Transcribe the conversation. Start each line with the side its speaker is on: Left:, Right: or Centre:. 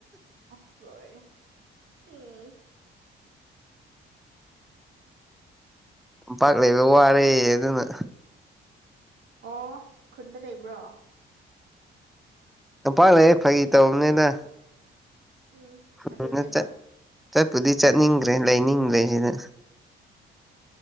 Right: ꯑꯁ ꯂꯣꯏꯔꯦ ꯎꯝ
Centre: ꯇꯝꯄꯥꯛ ꯂꯩꯕ ꯋꯥꯔꯦ ꯑꯗꯨꯅ
Right: ꯑꯣ ꯈꯨꯟꯗ ꯂꯩꯕ꯭ꯔꯣ
Centre: ꯇꯝꯄꯥꯛ ꯂꯩꯌꯦ ꯐꯥꯒꯤ ꯇꯧꯕꯅꯤꯗ
Right: ꯎꯝ ꯑꯗꯨꯅꯦꯕ
Centre: ꯍꯡꯉꯥ ꯆꯠ ꯆꯠꯄꯨꯗꯤ ꯆꯠꯅꯤꯡꯗ꯭ꯔꯦ ꯂꯩꯅꯤꯡꯂꯦ ꯁꯤꯗ